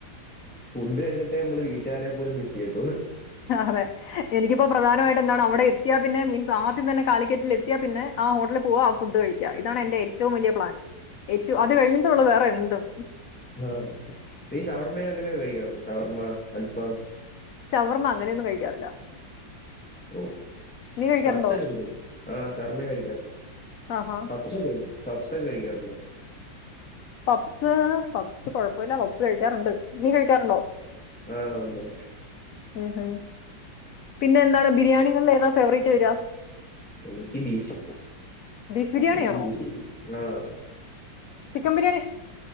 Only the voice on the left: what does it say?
അതെ എനിക്കിപ്പോ പ്രധാനമായിട്ട് എന്താണ് അവിടെ എത്തിയാ പിന്നെ മീൻസ് ആദ്യം തന്നെ കാലിക്കറ്റില് എത്തിയാ പിന്നെ ആ ഹോട്ടലി പോവാ ആ ഫുഡ് കഴിക്ക ഇതാണ് എന്റെ ഏറ്റവും വല്യ പ്ലാൻ ഏറ്റവും അത് കഴിഞ്ഞിട്ടേ ഒള്ളു വേറെ എന്തും
ഷവർമ്മ അങ്ങനെയൊന്നും കഴിക്കാറില്ല
നീ കഴിക്കാറുണ്ടോ
ആഹാ
പബ്സ് പബ്സ് കൊഴപ്പയില്ല പബ്സ് കഴിക്കാറുണ്ട് നീ കഴിക്കാറുണ്ടോ?
ഉം ഹും പിന്നെന്താണ് ബിരിയാണികളില് ഏതാണ് ഫേവറേറ്റ് വരിക?
ബീഫ് ബിരിയാണിയാണോ
ചിക്കൻ ബരിയാണി